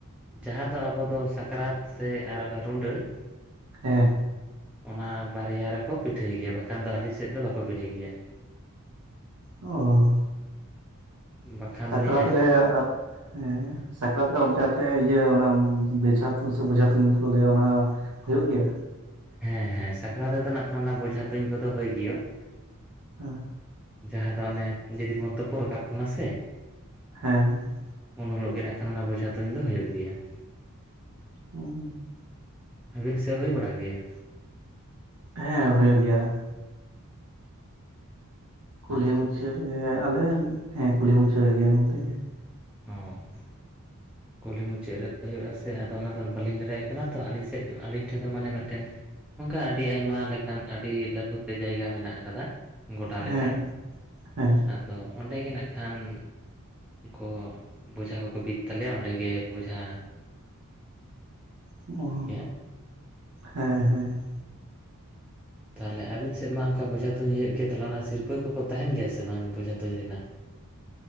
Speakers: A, in the centre; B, on the right (about 75°).
A: ᱡᱟᱦᱟᱸ ᱫᱚ ᱟᱵᱚ ᱫᱚ ᱥᱟᱠᱨᱟᱛ ᱥᱮ ᱟᱨ ᱚᱱᱮ ᱨᱩᱰᱟᱹ ᱾
B: ᱦᱮᱸ ᱾
A: ᱚᱱᱟ ᱵᱟᱨᱭᱟ ᱨᱮᱠᱚ ᱯᱤᱴᱷᱟᱹᱭ ᱜᱮᱭᱟ ᱵᱟᱠᱷᱟᱱ ᱫᱚ ᱟᱹᱞᱤᱧ ᱥᱮᱫ ᱫᱚ ᱵᱟᱠᱚ ᱯᱤᱴᱷᱟᱹᱭ ᱜᱮᱭᱟ ᱾
B: ᱚ ᱾
A: ᱵᱟᱠᱷᱟᱱ
B: ᱥᱟᱠᱨᱟᱛ
A: ᱫᱚᱞᱤᱧ ᱟᱸᱡ
B: ᱨᱮ ᱟᱯᱮ ᱦᱮᱸ ᱾ ᱥᱟᱠᱨᱟᱛ ᱨᱮ ᱚᱱᱛᱮ ᱟᱯᱮ ᱤᱭᱟᱹ ᱚᱱᱟ ᱵᱮᱡᱷᱟ ᱛᱩᱧ ᱥᱮ ᱵᱮᱚᱡᱷᱟ ᱛᱩᱧ ᱠᱚ ᱞᱟᱹᱭᱟ ᱚᱱᱟ ᱦᱳᱭᱳᱜ ᱜᱮᱭᱟ?
A: ᱦᱮᱸ ᱦᱮᱸ ᱥᱟᱠᱨᱟᱛ ᱨᱮᱫᱚ ᱱᱟᱜ ᱠᱷᱟᱱ ᱵᱚᱡᱷᱟ ᱛᱩᱧ ᱠᱚᱫᱚ ᱦᱳᱭ ᱜᱮᱭᱚᱜ ᱾
B: ᱦᱮᱸ ᱾
A: ᱡᱟᱦᱟᱸ ᱫᱚ ᱚᱱᱮ ᱡᱮᱫᱤᱱ ᱵᱚ ᱛᱳᱯᱳ ᱨᱟᱠᱟᱵ ᱠᱟᱱᱟ ᱥᱮ ᱾
B: ᱦᱮᱸ ᱦᱮᱸ ᱾
A: ᱩᱱ ᱦᱤᱞᱳᱜ ᱜᱮ ᱱᱟᱜ ᱠᱷᱟᱱ ᱚᱱᱟ ᱵᱚᱡᱷᱟ ᱛᱩᱧ ᱫᱚ ᱦᱳᱭᱳᱜ ᱜᱮᱭᱟ ᱾
B: ᱦᱩᱸ ᱾
A: ᱟᱹᱵᱤᱱ ᱥᱮᱫ ᱦᱳᱭ ᱵᱟᱲᱟᱜ ᱜᱮᱭᱟ?
B: ᱦᱮᱸ ᱦᱳᱭᱳᱜ ᱜᱮᱭᱟ ᱾ ᱠᱩᱞᱦᱤ
A: ᱟᱪᱪᱷᱟ
B: ᱢᱩᱪᱟᱹᱫᱽ
A: ᱟᱪᱪᱷᱟ
B: ᱨᱮ ᱟᱞᱮ ᱦᱮᱸ ᱠᱩᱞᱦᱤ ᱢᱩᱪᱟᱹᱫᱽ ᱨᱮᱜᱮ ᱱᱚᱱ ᱛᱮᱜᱮ ᱾
A: ᱦᱩᱸ ᱾ ᱠᱩᱞᱦᱤ ᱢᱩᱪᱟᱹᱫᱽ ᱨᱮ ᱦᱳᱭᱳᱜ ᱟᱥᱮ ᱟᱫᱚ ᱚᱱᱟᱫᱚ ᱟ. ᱞᱤᱧ ᱫᱚ ᱵᱟᱹᱞᱤᱧ ᱞᱟᱹᱭ ᱫᱟᱲᱮᱭᱟᱜ ᱠᱟᱱᱟ ᱛᱚ ᱟᱹᱞᱤᱧ ᱥᱮᱫ ᱟᱹᱞᱤᱧ ᱴᱷᱮᱱ ᱫᱚ ᱢᱟᱱᱮ ᱢᱤᱫᱴᱮᱱ ᱚᱱᱠᱟ ᱟᱹᱰᱤ ᱟᱭᱢᱟ ᱞᱮᱠᱟᱱ ᱟᱹᱰᱤ ᱞᱟᱹᱴᱩ ᱛᱮ ᱡᱟᱭᱜᱟ ᱢᱮᱱᱟᱜ ᱟᱠᱟᱫᱟ ᱾ ᱜᱚᱰᱟ
B: ᱦᱮᱸ
A: ᱞᱮᱠᱟ ᱟᱨ
B: ᱦᱮᱸ
A: ᱾ ᱟᱫᱚ ᱚᱸᱰᱮ ᱜᱮ ᱱᱟᱜ ᱠᱷᱟᱱ ᱩᱱ ᱠᱚ ᱵᱚᱡᱷᱟ ᱠᱚᱠᱚ ᱵᱤᱫ ᱛᱟᱞᱮᱭᱟ ᱚᱸᱰᱮ ᱾ ᱚᱸᱰᱮᱜᱮ ᱵᱚᱡᱷᱟ ᱾
B: ᱚ
A: ᱜᱮᱭᱟ
B: ᱦᱮᱸ ᱦᱮᱸ ᱾
A: ᱛᱟᱦᱚᱞᱮ ᱟᱹᱵᱤᱱ ᱥᱮᱫ ᱢᱟ ᱚᱱᱠᱟ ᱵᱚᱡᱷᱟ ᱛᱩᱧ ᱦᱳᱭᱳᱜ ᱜᱮᱭᱟ ᱛᱟᱦᱚᱞᱮ ᱚᱱᱟ ᱥᱤᱨᱯᱟᱹ ᱠᱚᱠᱚ ᱛᱟᱦᱮᱱ ᱜᱮᱭᱟ ᱥᱮ ᱵᱟᱝ ᱵᱚᱡᱷᱟ ᱛᱩᱧ ᱨᱮᱱᱟᱜ ᱾